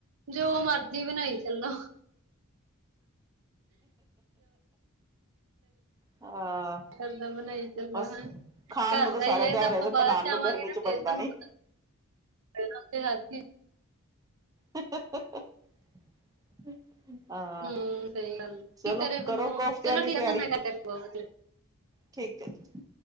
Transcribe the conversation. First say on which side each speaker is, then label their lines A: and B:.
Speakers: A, on the right; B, on the right.
A: ਜੋ ਮਰਜ਼ੀ ਬਨਾਈ ਚੱਲੋ।
B: ਹਾਂ
A: ਕਰਦਾ ਬਣਾਈ ਚੱਲੋ
B: ਬਸ
A: ਹੈ। <unintelligible>
B: ਖਾਣ
A: ਘਰ
B: ਨੂੰ
A: ਦਾ
B: ਸਾਰੇ
A: ਹੀ ਹੈ
B: ਤਿਆਰ
A: ਤਾਂ ਆਪਾਂ ਬਾਹਰ
B: ਬਣਾਉਣ
A: ਜਾਵਾਂਗੇ
B: ਨੂੰ ਗਰਮੀ
A: ਨਾ
B: ਚ
A: ਫੇਰ
B: ਬਣਦਾ
A: ਤੁਹਾਨੂੰ
B: ਨੀ
A: ਪਤਾ ਚੱਲੇਗਾ ਹੱਰ ਚੀਜ਼
B: ਹ ਹ ਹ। ਹਾਂ
A: ਹਮ ਸਹੀ ਗੱਲ
B: ਚਲੋ
A: ਕੀ ਕਰੇ
B: ਕਰੋ
A: ਬੰਦਾ
B: ਕੋਫਤਿਆਂ
A: ਚਲੋ
B: ਦੀ
A: ਠੀਕ
B: ਤਿਆਰੀ।
A: ਆ ਤੁਹਾਡੇ ਨਾਲ ਗੱਲ ਕਰਕੇ ਬਹੁਤ ਵਧੀਆ
B: ਠੀਕ ਹੈ ਜੀ।